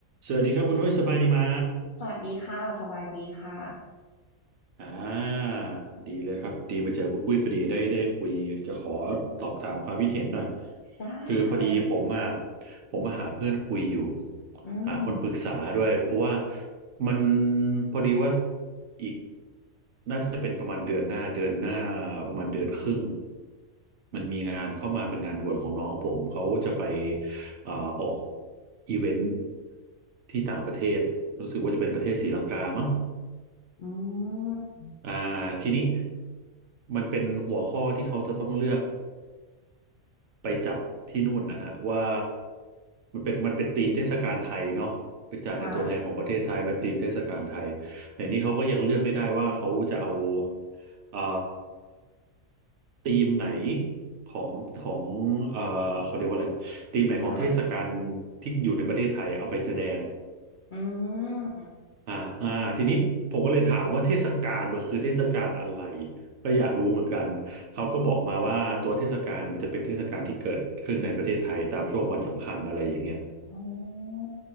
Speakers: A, on the right; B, on the left.
A: สวัสดีครับคุณนุ้ยสบายดีไหม
B: สวัสดีค่ะสบายดีค่ะ
A: อ่าดีเลยครับดีมาเจอคุณปุ้ยพอดีได้ได้คุยจะขอสอบถามความคิดเห็นหน่อย
B: ได้ค่ะ
A: คือพอดีผมอ่ะผมมาหาเพื่อนคุยอยู่
B: อืม
A: หาคนปรึกษาด้วยเพราะว่ามันพอดีว่าอีกน่าจะเป็นประมาณเดือนหน้าเดือนหน้าประมาณเดือนครึ่งมันมีงานเข้ามาเป็นงานด่วนของน้องผมเขาจะไปเอ่อออกอีเวนท์ที่ต่างประเทศรู้สึกว่าจะเป็นประเทศศรีลังกามั้ง
B: อืม
A: อ่าทีนี้มันเป็นหัวข้อที่เขาจะต้องเลือกไปจัดที่นู่นนะฮะว่ามันเป็นมันเป็นธีมเทศกาลไทยเนาะไปจัดในตัวแทนของประเทศไทยเป็นธีมเทศกาลไทยแต่นี้เขาก็ยังเลือกไม่ได้ว่าเขาจะเอา
B: ค่ะ
A: เอ่อธีมไหนของของเอ่อเขาเรียกว่าอะไรธีมไหนของเทศกาล
B: ค่ะ
A: ที่อยู่ในประเทศไทยเอาไปแสดง
B: อืม
A: อ่าอ่าทีนี้ผมก็เลยถามว่าเทศกาลมันคือเทศกาลอะไรก็อยากรู้เหมือนกันเขาก็บอกมาว่าตัวเทศกาลเนี่ยมันจะเป็นเทศกาลที่เกิดขึ้นในประเทศไทยตามช่วงวันสำคัญอะไรอย่างเงี้ย
B: อืมอ๋อ